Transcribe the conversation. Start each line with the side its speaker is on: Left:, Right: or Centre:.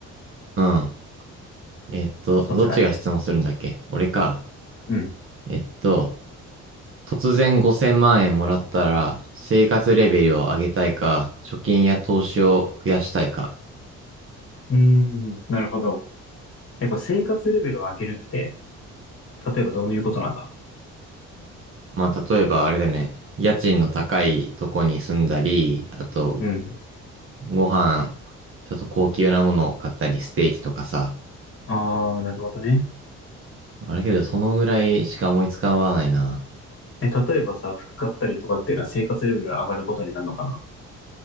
Right: う。うん。えっと、
Left: そっちだね。
Right: どっちが質問するんだっけ俺か。
Left: うん。
Right: えっと、突然5000万円もらったら、生活レベルを上げたいか、貯金や投資を増やしたいか。
Left: うーん、なるほど。やっぱ生活レベルを上げるって、例えばどういうことなんだ
Right: まあ、例えばあれだよね。家賃の高いとこに住んだり、あと
Left: うん。
Right: ご飯、ちょっと高級なものを買ったり、ステーキとかさ。
Left: ああ、なるほどね。
Right: あれけど、そのぐらいしか思いつかわないな。
Left: え、例えばさ、服買ったりとかっていうのは生活レベルが上がることになるのかな